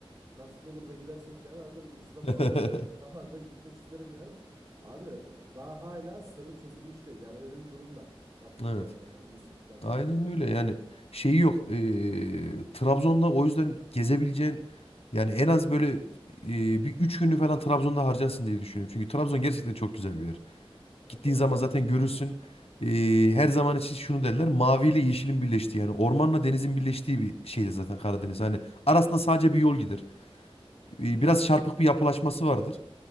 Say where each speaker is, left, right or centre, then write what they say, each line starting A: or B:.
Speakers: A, on the right; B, on the left.
A: nasip olur da gidersek yani harbiden Mısır'a falan
B: <laughs>
A: hani <laughs> zamanında gitmek isterim yani. Abi e, daha hala sırrı çözülmüş değil. Yani öyle bir durum var. Baktığın
B: Evet.
A: zaman yani o Mısır piramitini
B: Aynen
A: falan.
B: öyle yani şeyi yok. Eee, Trabzon'da o yüzden gezebileceğin yani en az böyle eee, bir üç günü falan Trabzon'da harcarsın diye düşünüyorum. Çünkü Trabzon gerçekten çok güzel bir yer.
A: Ya
B: Gittiğin
A: doğru,
B: zaman zaten
A: doğru.
B: görürsün. Ee, her zaman için şunu derler. Mavi ile yeşilin birleştiği yani ormanla denizin birleştiği bir şeydir zaten Karadeniz. Hani arasında sadece bir yol gider.
A: Doğru.
B: Ee, biraz çarpık bir yapılaşması vardır.